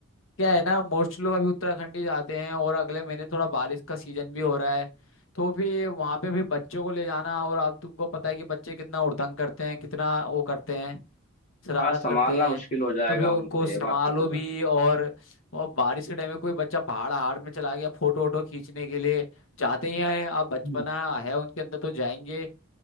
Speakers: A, on the left; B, on the left.
A: क्या है ना मोस्ट लोग अभी उत्तराखंड ही जाते हैं और अगले महीने थोड़ा बारिश का सीजन भी हो रहा है तो फिर वहां पे भी बच्चों को ले जाना और आप तुमको पता है कि बच्चे कितना उड़दंग करते हैं कितना वो करते हैं शरारत
B: हाँ संभालना
A: करते हैं
B: मुश्किल हो जाएगा
A: तो फिर उनको
B: उनको ये
A: संभालो
B: बात तो है
A: भी
B: भाई
A: और और बारिश के टाइम में कोई बच्चा पहाड़ हाड़ में चला गया फोटो वोटो खींचने के लिए जाते ही हैं अब बचपना
B: हम्म।
A: है उनके अंदर तो जाएंगे